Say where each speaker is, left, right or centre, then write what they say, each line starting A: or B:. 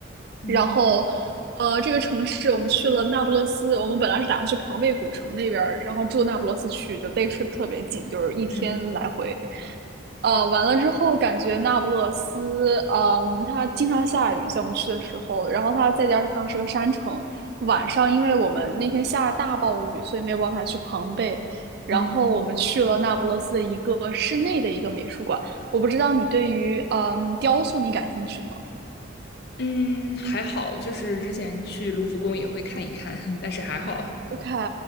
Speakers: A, on the left; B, on the right.
A: 嗯
B: 然后，呃，这个城市我们去了那不勒斯，我们本来是打算去庞贝古城那边儿，然后住那不勒斯去，就 day trip 特别近，就是一天来回。
A: 嗯
B: 呃，完了之后感觉那不勒斯，嗯，它经常下雨，在我们去的时候，然后它再加上是个山城，晚上因为我们那天下大暴雨，所以没有办法去庞贝，然后我们去了那不勒斯的一个室内的一个美术馆。
A: 嗯
B: 我不知道你对于嗯雕塑你感兴趣吗？
A: 嗯，还好，就是之前去卢浮宫也会看一看，<laughs> 但是还好。
B: OK，